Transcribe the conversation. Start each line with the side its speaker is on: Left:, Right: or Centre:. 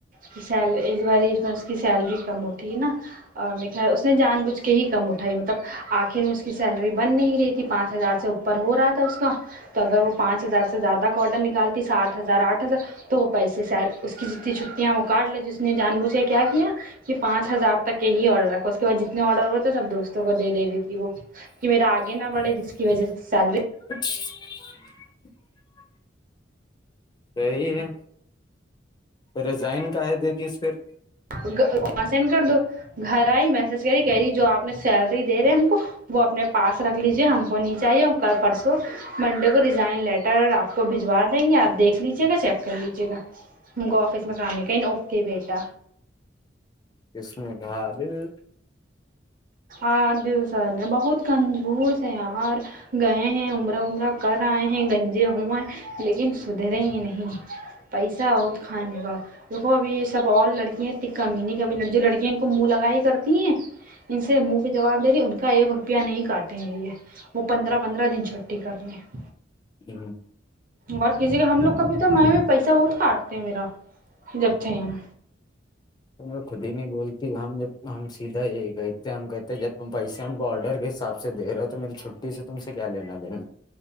Right: کہ سل اس بار اس بار اس کی سیلری کم اٹھی ہے نا میں خیال اس نے جان بوجھ کے ہی کم اٹھائی مطلب آخر میں اس کی سیلری بن نہیں رہی تھی پانچ ہزار سے اوپر ہو رہا تھا اس کا اگر وہ پانچ ہزار سے زیادہ کوڈر نکال سات ہزار آٹھ ہزار تو وہ پیسے سیل اس کی جتنی چھٹی وہ کاٹ لی ج اس نے جان بوجھے کیا کیا کہ پانچ ہزار تک کے یہ ہی آرڈر رکھا اس کے بعد جتنے آرڈر ہوتے سب دوستوں کو دے دے دیی تھی وہ کہ میرا آگے نہ بڑے جس کی وجہ سے سیلری
Left: اچھا <unintelligible> صی ہے تو ریزائن کا ہے دےج اس پھر <unintelligible>
Right: وہاں سینڈ کر دو گھر آئی میسج کری کہہی جو آپ نے سیلری دے رہے ہم کو وہ اپنے پاس رکھ لیجے ہم کو نیچے آئیے ہم کل پرسوں منڈے کو ریزائن لیٹر آپ کو بجوا دیں گے آپ دیکھ لیجیے گا چیک کر لیجے گا ہم کو آفس میں کام نہیں کریں گ اوکے بیٹا
Left: کس نے کہا بل <unintelligible>
Right: آادل سر نے بہت کنجوس ہے یار گئے ہیں عمرہ امرہ کر آئے ہیں گنجے ہوئے لیکن سدھرے ہی نہیں پیسہ بت کھانے کا دیکھو ابھی یہ سب اور لڑکیاں اتنی کمی نہیں کمی جو لڑکیاں ان کو منہ لگائی ہی کر تین <unintelligible> ان سے منہ پہ جواب دریی ان کا ایک روپیہ نہیں کاٹیں گے یہ <unintelligible> وہ پندرہ پندرہ دن چھٹی کرنی ہیں
Left: ہاں <unintelligible>
Right: اور کسی کا ہم لوگ کا بھی تو میں بھی پیسہ بہت کاٹتے میرا جبتے ہم
Left: س رکھ <unintelligible> دین بولتی ہم جب ہم سیدھا ایک <unintelligible> ا ہم کہتے ہیں جب تم پیسے ہم کو آرڈر کے حساب سے دے ہو تو میری چھٹی سے تم سے کیا ل <unintelligible> دن